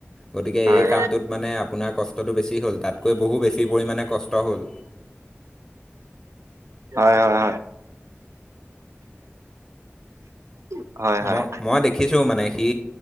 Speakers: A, in the centre; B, on the right.
A: গতিকে,
B: হয়
A: এই কামটোত মানে আপোনাৰ কষ্টটো বেছি হ'ল, তাতকৈ বহু বেছি পৰিমাণে কষ্ট হ'ল।
B: হয়, হয়, হয়। হয়
A: মই, মই দেখিছো মানে সি